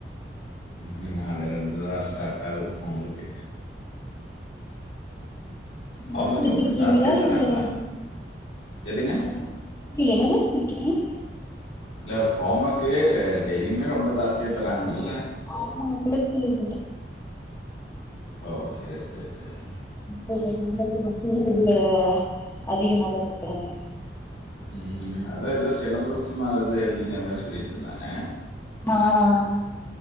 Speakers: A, on the left (about 80°); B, on the left (about 15°).
A: ந நாளைல இருந்துதா ஸ்டாட் அவ் அவங்களுக்கு ஹோம்ஒர்க்கில்
B: பஸ் வச்சிருக்கீங்களா
A: அப்புறம் ஜாஸ்தியாக தராங்களா
B: இல்ல எப்டி
A: எதுங்க
B: என்னங்கனா இல்ல என்னது என்ன கேட்டிங்க
A: இல்ல ஹோமக்கு டெய்லிமே ரொம்ப தாஸ்தியா தராங்ளா இல்ல
B: ஆமாண்ணா <unintelligible> அதனால
A: ஓ சரி சரி சரி
B: கொஞ்ச ஹோமோற்கு <unintelligible> அதிகமாதான் கொடுக்குறாங்க
A: உம் அதான் ஏதோ சிலம்பஸ்னா அது அப்படிங்கற மாதிரி சொல்லிட்டு இருந்தாங்க
B: ஆஹ்ஹ்